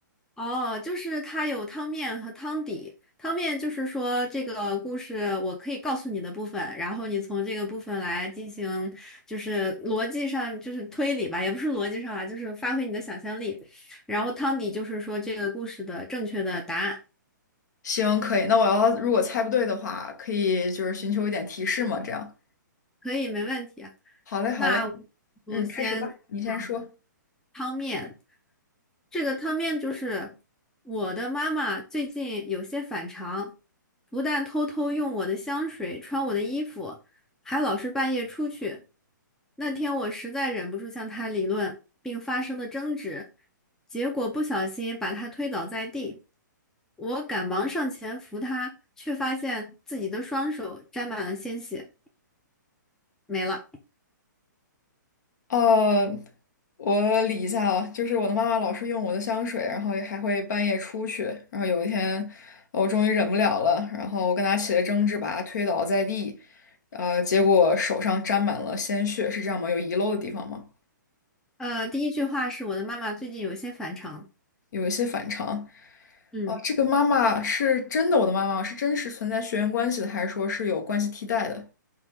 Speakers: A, in the centre; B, on the left.
A: 哦，就是它有汤面和汤底。汤面就是说这个故事我可以告诉你的部分，然后你从这个部分来进行，就是逻辑上就是推理吧，也不是逻辑上啊，就是发挥你的想象力。然后汤底就是说这个故事的正确的答案，
B: 行，可以。那我要如果猜不对的话，可以就是寻求一点提示嘛，这样。
A: 可以，没问题啊。
B: 好嘞，好嘞，
A: 那我就先讲
B: 嗯，开始吧，你先说。
A: 汤面。这个汤面就是我的妈妈最近有些反常，不但偷偷用我的香水、穿我的衣服，还老是半夜出去。那天我实在忍不住向她理论，并发生了争执，结果不小心把她推倒在地。我赶忙上前扶她，却发现自己的双手沾满了鲜血，没了。
B: 呃，我理一下啊，就是我的妈妈老是用我的香水，然后也还会半夜出去，然后有一天我终于忍不了了，然后我跟她起了争执，把她推倒在地，呃，结果手上沾满了鲜血，是这样吗？有遗漏的地方吗？
A: 呃，第一句话是我的妈妈最近有些反常，
B: 有一些反常。
A: 嗯，
B: 哦，这个妈妈是真的，我的妈妈是真实存在血缘关系的，还是说是有关系替代的？